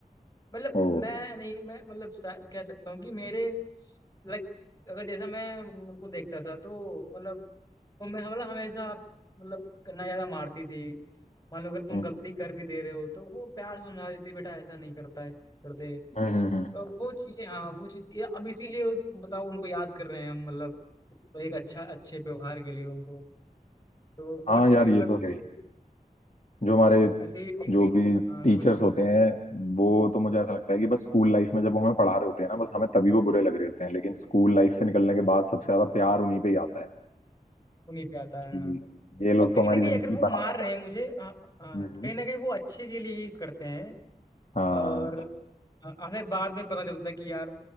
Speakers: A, on the left; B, on the left.
A: मतलब
B: ओ
A: मैं नहीं मैं मतलब सा- कह सकता हूँ कि मेरे लाइक अगर जैसा मैं उनको देखता था तो मतलब वो मैं मतलब हमेशा मतलब ना ज्यादा मारती थी मान लो अगर तुम
B: हम्म
A: गलती कर भी दे रहे हो तो वो प्यार से समझा देती बेटा ऐसा नहीं करता है करते
B: हम्म हम्म, हम्म।
A: तो वो चीजें हाँ वो चीज ये अब इसीलिए बताओ उनको याद कर रहे हैं हम मतलब एक अच्छा अच्छे व्यवहार के लिए उनको तो वो
B: हाँ
A: टी-
B: यार ये
A: मतलब
B: तो
A: इस
B: है ही जो हमारे
A: ऐसे ही टी-
B: जो भी
A: हाँ
B: टीचर्स
A: कुछ
B: होते हैं वो तो मुझे ऐसा लगता है कि बस स्कूल लाइफ में जब वो हमें पढ़ा रहे होते हैं ना बस हमें तभी वो बुरे लग रहे होते हैं लेकिन स्कूल लाइफ से निकलने के बाद सबसे ज्यादा प्यार उन्हीं पे ही आता है
A: उन्हीं पे आता है
B: कि ये लोग
A: और
B: तो
A: कहीं
B: हमारी
A: ना कहीं
B: जिंदगी
A: अगर वो मार
B: बनाना
A: रहे
B: चाहते
A: हैं मुझे आ, आ,
B: हैं हम्म
A: कहीं ना कहीं वो अच्छे के लिए ही करते हैं
B: हाँ
A: और अ, हमें बाद में पता चलता है कि यार